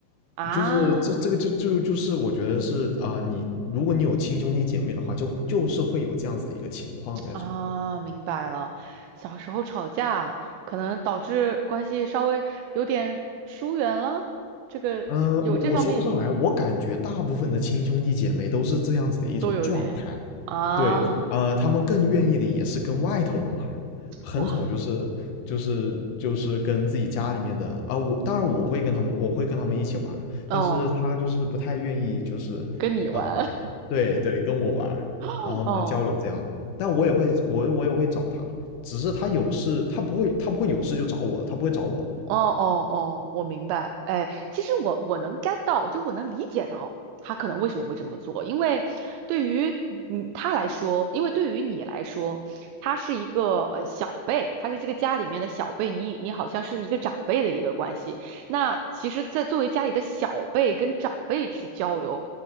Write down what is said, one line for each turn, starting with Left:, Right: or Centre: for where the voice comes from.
Right: 啊。
Left: 就是这这个就就就是我觉得是啊、你如果你有亲兄弟姐妹的话，就会就是会有这样子的一个情况在这。
Right: 啊，明白了。小时候吵架可能导致关系稍微有点疏远了，这个有这方面的原因
Left: 呃，我我说不上来，我感觉大部分的亲兄弟姐妹都是这样子的一种状态，
Right: 都有点啊，
Left: 对，呃，他们更愿意的也是跟外头人玩儿很少就是就是就是跟自己家里面的啊，
Right: 哇，
Left: 我当然我会跟他们，我会跟他们一起玩儿但是他就是不太愿意就是啊、
Right: 哦，跟你玩
Left: 对对，跟我玩儿然后呢交流这样，
Right: <laughs> 哦。
Left: 但我也会我我也会找他，只是他有事他不会他不会有事就找我，他不会找我，
Right: 哦哦哦，我明白。哎，其实我我能 get 到，就我能理解到他可能为什么会这么做，因为对于嗯他来说，因为对于你来说，他是一个呃小辈，他是这个家里面的小辈，你你好像是一个长辈的一个关系。那其实，在作为家里的小辈跟长辈去交流，